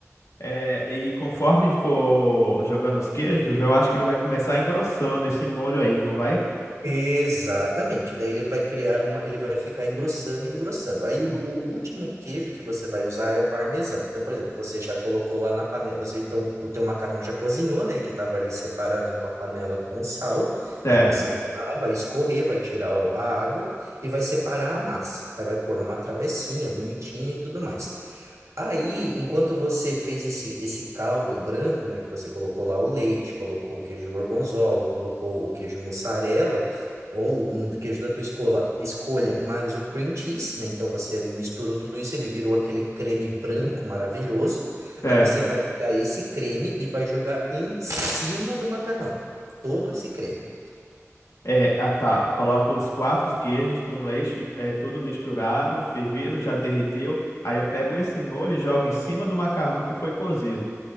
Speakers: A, on the left; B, on the right.
A: É, e conforme for jogando os queijos, eu acho que ele vai começar engrossando esse molho aí, não vai?
B: Exatamente. Daí ele vai criar uma, ele vai ficar engrossando e engrossando. Aí o,
A: V-
B: o último queijo que você vai usar é o parmesão. Então, por exemplo, você já colocou lá na panela, você então o teu macarrão já cozinhou, né, que estava ali separado numa panela com sal.
A: Certo,
B: Aí você vai lá, vai escorrer, vai tirar a água e vai separar a massa. Aí vai pôr numa travessinha bonitinha e tudo mais. Aí, enquanto você fez esse, esse caldo branco, né, que você colocou lá o leite, colocou o queijo gorgonzola, colocou o queijo mussarela, ou um queijo da tua escola, escolha, mais o cream cheese, né? Então você ali misturou tudo isso, ele virou aquele creme branco maravilhoso.
A: certo.
B: Aí você vai pegar esse creme e vai jogar em cima do macarrão, todo esse creme.
A: É, ah tá, coloca os quatro queijos com leite, é, tudo misturado, fervido, já derreteu. Aí eu pego esse molho e jogo em cima do macarrão que foi cozido.